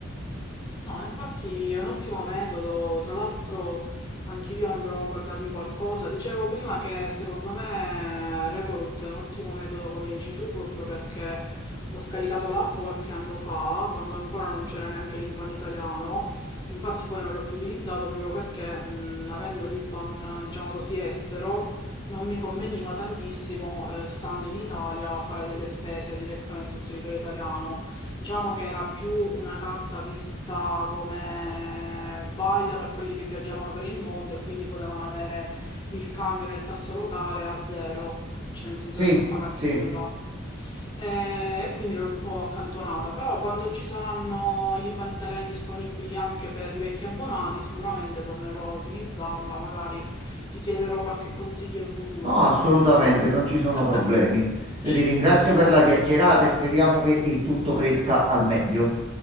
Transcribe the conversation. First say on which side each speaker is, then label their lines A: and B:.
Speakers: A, on the left; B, on the right.
A: no, infatti è un ottimo metodo, tra l'altro anch'io andrò a guardarmi qualcosa. Dicevo prima che secondo me Revolut è un ottimo metodo, come dici tu, proprio perché ho scaricato l'app qualche anno fa, quando ancora non c'era neanche l'IBAN italiano, infatti poi non l'ho più utilizzato proprio perché, mh, avendo l'IBAN, diciamo così, estero, non mi conveniva tantissimo, eh, stando in Italia, fare delle spese direttamente sul territorio italiano. Diciamo che era più una carta vista come valida per quelli che viaggiavano per il mondo e quindi potevano avere il cambio del tasso locale a zero, cioè nel senso
B: Sì,
A: che non pagavi
B: sì.
A: nulla. Eh, E quindi l'ho un po' accantonata, però quando ci saranno gli IBAN italiani disponibili anche per i vecchi abbonati, sicuramente tornerò a utilizzarla, magari ti chiederò qualche consiglio in futuro.
B: No, assolutamente,
A: Eh,
B: non ci
A: <laughs>
B: sono problemi. Io ti ringrazio
A: Ok.
B: per la chiacchierata e speriamo che il tutto cresca al meglio.